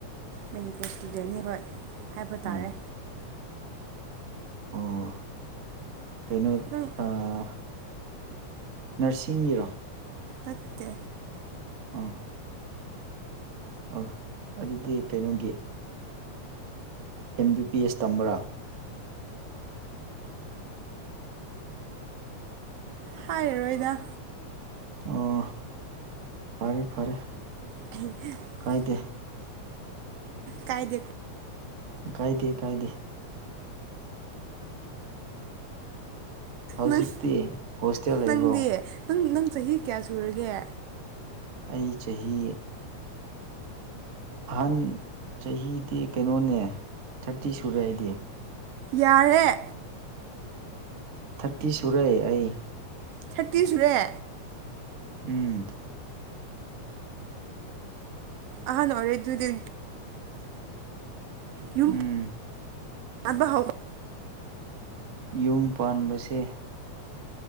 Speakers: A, on the right (about 85°); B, on the right (about 45°).
A: ꯃꯅꯤꯄꯨꯔ ꯏꯁꯇꯨꯗꯦꯟꯅꯤ ꯍꯣꯏ ꯍꯥꯏꯕ
B: ꯎꯝ
A: ꯇꯥꯔꯦ
B: ꯑꯣ ꯀꯩꯅꯣ
A: ꯅꯪ
B: ꯑꯥ ꯅꯔꯁꯤꯡꯒꯤꯔꯣ
A: ꯇꯠꯇꯦ
B: ꯑꯥ ꯑ ꯑꯗꯨꯗꯤ ꯀꯩꯅꯣꯒꯤ ꯑꯦꯝ ꯕꯤ ꯕꯤ ꯑꯦꯁ ꯇꯝꯕ꯭ꯔꯥ
A: ꯍꯥꯏꯔꯔꯣꯏꯗ
B: ꯑꯣ ꯐꯔꯦ ꯐꯔꯦ
A: <unintelligible>
B: ꯀꯥꯏꯗꯦ
A: ꯀꯥꯏꯗꯦ
B: ꯀꯥꯏꯗꯦ ꯀꯥꯏꯗꯦ ꯍꯧꯖꯤꯛꯇꯤ
A: ꯅꯪ
B: ꯍꯣꯁꯇꯦꯜ ꯂꯩꯕ꯭ꯔꯣ
A: ꯅꯪꯗꯤ ꯅꯪ ꯅꯪ ꯆꯍꯤ ꯀꯌꯥ ꯁꯨꯔꯒꯦ
B: ꯑꯩ ꯆꯍꯤ ꯑꯍꯟ ꯆꯍꯤꯗꯤ ꯀꯩꯅꯣꯅꯦ ꯊꯥꯔꯇꯤ ꯁꯨꯔꯦ ꯑꯩꯗꯤ
A: ꯌꯥꯏꯍꯦ
B: ꯊꯔꯇꯤ ꯁꯨꯔꯦ ꯑꯩ
A: ꯊꯔꯇꯤ ꯁꯨꯔꯦ
B: ꯎꯝ
A: ꯑꯍꯟ ꯑꯣꯏꯔꯦ ꯗꯨꯗꯤ ꯌꯨꯝ
B: ꯎꯝ
A: <unintelligible>
B: ꯌꯨꯝ ꯄꯥꯟꯕꯁꯦ